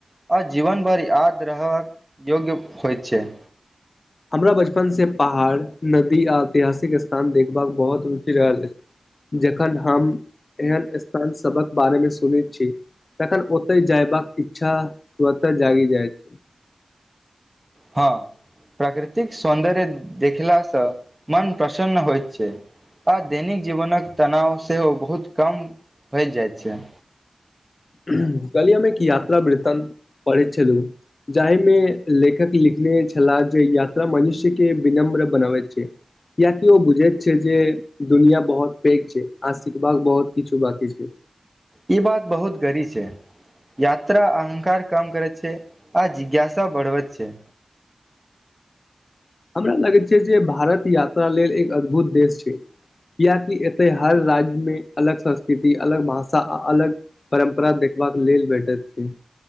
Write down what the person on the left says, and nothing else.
हमरा बचपन से पहाड़ नदी आ ऐतिहासिक स्थान देखबाक बहुत रुचि रहल अछि। जखन हम एहन स्थान सभक बारेमे सुनैत छी तखन ओतै जयबाक इच्छा स्वतः जागी जाइत छै
कलही हम एक यात्रा वृतंन पढ़ैत छलू जाहि मे लेखक लिखने छलाह जे यात्रा मनुष्य के विनम्र बनाबैत छै। कियाकि ओ बुझैत छै जे। दुनियाँ बहुत पैघ छै आज सिखबाक बहुत किछु बाँकी छै।
हमरा लगैत छै जे भारत यात्रा लेल एक अद्भुत देश छै किएकि एतय हर राज्यमे अलग संस्कृति अलग भाषा आ अलग परम्परा देखबाक लेल भेटैत छै